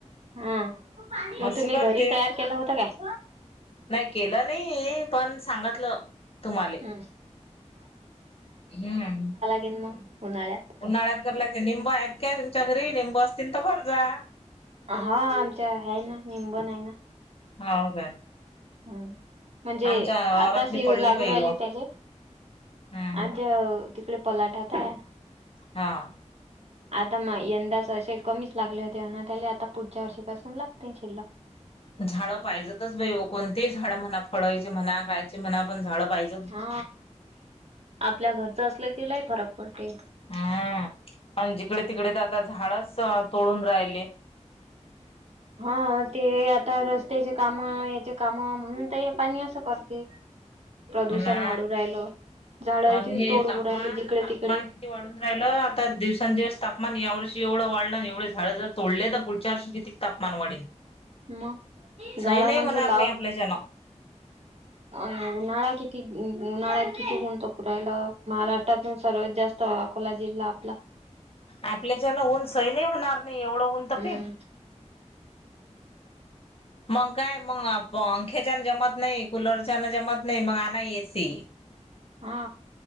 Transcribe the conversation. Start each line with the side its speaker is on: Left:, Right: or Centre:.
Right: हा मग
Left: अस्स
Right: तुम्ही
Left: करते.
Right: घरी तयार केलं होतं काय
Left: नाही केलं नाही. पण सांगितलं तुम्हाला
Right: हम्म
Left: हम.
Right: ये ना मग उन्हाळ्यात.
Left: उन्हाळा्या कला निंब ऐकय तुमच्या घरी निंब असतील त बर जा.
Right: हा आमच्या हाय ना निंबण आहे ना.
Left: हो काय?
Right: हम. म्हणजे
Left: आमच्या वावरातली
Right: आता
Left: पडली
Right: लागू
Left: बाई
Right: राहिले
Left: व
Right: त्याले
Left: हम्म
Right: आ तिकडे पलाटा तायं.
Left: हा.
Right: आता म यंदाच असे कमीच लागले होते ना त्याला आता पुढच्या वर्षीपासून लागते शिल्लक.
Left: झाडं पाहिजतच भाई कोणतीही झाडं म्हणा फळायचे म्हणा खायचे म्हणा पण झाडं पाहिजे.
Right: हा आपल्या घरच असलं की लाई फरक पडते.
Left: हम्म पण जिकडे तिकडे तर आता झाडच तोडून राहिले.
Right: हा ते आता रस्त्याचे काम याचे काम म्हणून ते पाणी असं करते. प्रदूषण
Left: ना
Right: वाढू राहिल झाड इथे
Left: आणि हे
Right: तोड
Left: तापमान
Right: राहिली जिकडे
Left: तापमान
Right: तिकडे.
Left: किती वाढून राहिलं आता दिवसंदिवस तापमान या वर्षी एवढं वाढलं एवढं झाड जर तोडले तर पुढच्या वर्ष तापमान वाढल
Right: मग.
Left: सही
Right: झाडं
Left: नाही
Right: म्हणजे
Left: होणार नाही आपल्याच्यान.
Right: अ उन्हाळा किती? उन्हाळ्यात किती? ऊन तापू रायला महाराष्ट्रातून सर्वात जास्त अकोला जिल्हा आपला.
Left: आपल्याच्याना ऊन सै नाही होणार नाही एवढं ऊन. तपेल.
Right: हम्.
Left: मग काय? मग पंख्याच्यान जमत नाही कुलरच्यान जमत नाही मग आणा एसी.
Right: हा